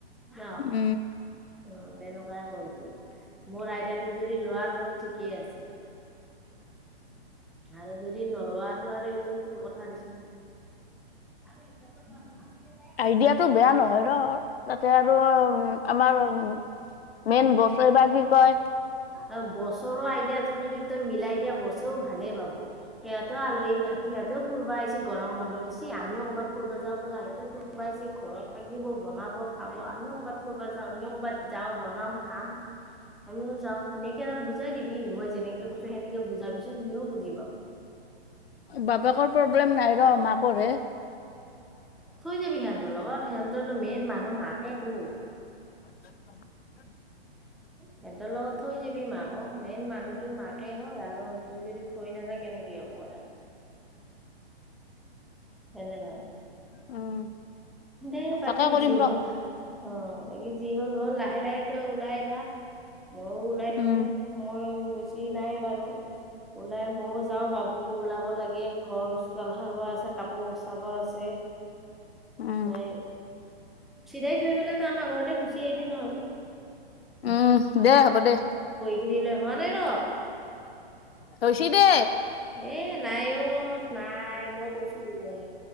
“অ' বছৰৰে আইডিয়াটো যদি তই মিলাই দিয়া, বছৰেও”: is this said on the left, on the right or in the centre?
Centre